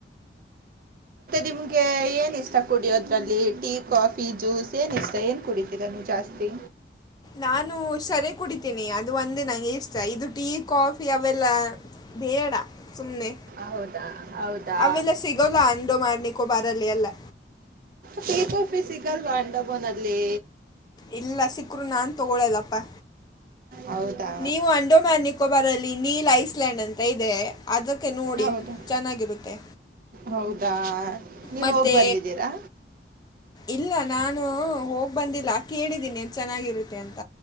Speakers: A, on the right; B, on the left.
A: ನಿಮಗೆ ಏನು ಇಷ್ಟ ಕುಡಿಯೋದರಲ್ಲಿ ಟೀ ಕಾಫಿ ಜ್ಯೂಸ್ ಏನು ಇಷ್ಟ ಏನು ಕುಡಿತೀರ ನೀ ಜಾಸ್ತಿ
B: ನಾನು ಸರಿ ಕುಡಿತೀನಿ ಅದು ಒಂದೇ ನಂಗೆ ಇಷ್ಟ ಇದು ಟೀ ಕಾಫಿ ಅವೆಲ್ಲ ಬೇಡ ಸುಮ್ನೆ
A: ಹೌದಾ ಹೌದಾ
B: ಅವೆಲ್ಲ ಸಿಗೋಲ್ಲ ಅಂಡೋ ಮಾರ್ನಕ್ಕೋಬಾರ ಲ್ಲಿ ಅಲ್ಲ
A: ಟಿ ಕಾಫಿ ಸಿಗಲ್ವಾ ಅಂಡಮೋನಲ್ಲಿ
B: ಇಲ್ಲ ಸಿಕ್ಕರು ನಾನ್ ತಗೊಳದಪ್ಪಾ
A: ಹೌದಾ
B: ನೀವು ಅಂಡೋಮಾನ್ ನಿಕೋಬಾರ್ ಅಲ್ಲಿ ನೀಲ್ ಐಸ್ಲ್ಯಾಂಡ್ ಅಂತ ಇದೆ ಅದಕ್ಕೆ ನೋಡಿ
A: ಹೌದಾ
B: ಚೆನ್ನಾಗಿರುತ್ತೆ
A: ಹೌದಾ ನೀವುಹೋಗ್
B: ಮತ್ತು
A: ಬಂದಿದ್ದೀರಾ
B: ಇಲ್ಲ ನಾನು ಹೋಗ್ ಬಂದಿಲ್ಲ ಕೇಳಿದ್ದೀನಿ ಎ ಚೆನ್ನಾಗಿರುತ್ತೆ ಅಂತ